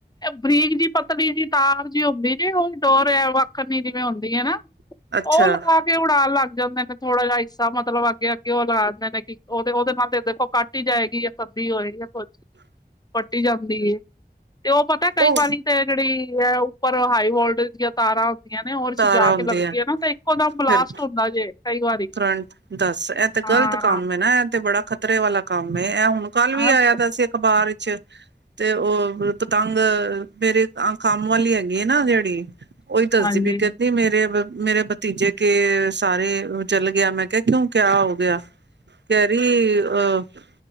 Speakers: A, on the left; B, on the right.
A: ਬਰੀਕ ਜੀ ਪਤਲੀ ਜੀ ਤਾਰ ਜਿ ਹੁੰਦੀ ਜੀ ਉਹ ਡੋਰ ਵਾਕਨ ਨੀ ਹੁੰਦੀ ਹੈ ਨਾ
B: ਅੱਛਾ,
A: ਉਹ ਲਗਾ ਕੇ ਤੇ ਉਡਾ ਲੱਗ ਜਾਂਦੇ ਨੇ ਥੋੜਾ ਜਿਹਾ ਹਿੱਸਾ ਮਤਲਬ ਅੱਗੇ, ਅੱਗੇ ਉਹ ਲਗਾ ਦੇਦੇ ਨੇ ਕਿ ਉਹਦੇ, ਉਹਦੇ ਨਾਲ ਤੇ ਦੇਖੋ ਕੱਟ ਹੀ ਜਾਏਗੀ ਆ। ਪੱਬੀ ਹੋਏ <unintelligible>
B: ਹ <unintelligible>
A: ਪੱਟੀ ਜਾਂਦੀ ਤੇ ਉਹ ਪਤਾ ਕਈ
B: ਉਹ
A: ਵਾਰੀ ਜਿਹੜੀ ਹੈ ਉੱਪਰ ਹਾਈ ਵੋਲਟੇਜ ਦੀਆਂ ਤਾਰਾਂ ਹੁੰਦੀ ਹੋਰ ਵਿਚ
B: ਤਾਰਾਂ
A: ਜਾ
B: ਹੁੰਦੀਆਂ
A: ਕੇ ਲੱਗਦੀ ਹੈ ਨਾ ਤੇ ਇੱਕੋਦਮ ਬਲਾਸਟ
B: ਫਿਰ
A: ਹੁੰਦਾ ਜੇ ਕਈ ਵਾਰੀ
B: ਕਰੰਟ ਦੱਸ ਇਹ ਤੇ
A: ਹਾਂ
B: ਗ਼ਲਤ ਕੰਮ ਨਾ ਇਹ ਤੇ ਬੜਾ ਖ਼ਤਰੇ ਵਾਲਾ ਕੰਮ ਇਹ ਹੁਣ ਕੱਲ ਵੀ
A: ਹਾਂ
B: ਆਇਆ ਦਾ ਸੀ ਅਖ਼ਬਾਰ ਚ। ਤੇ ਉਹ ਪਤੰਗ ਮੇਰੇ ਅ ਕੰਮ ਵਾਲੀ ਹੈਗੀ ਆ ਨਾ ਜਿਹੜੀ। ਓਹੀ ਦੱਸਦੀ
A: ਹਾਂਜੀ
B: ਪਈ ਕਹਿੰਦੀ ਮੇਰੇ ਮੇਰੇ ਭਤੀਜੇ ਕੇ ਸਾਰੇ। ਚੱਲ ਗਿਆ ਮੈਂ ਕਿਹਾ ਕਿਉਂ ਕਿਆ ਹੋ ਗਿਆ ਕਹਿ ਰਹੀ ਆਹ।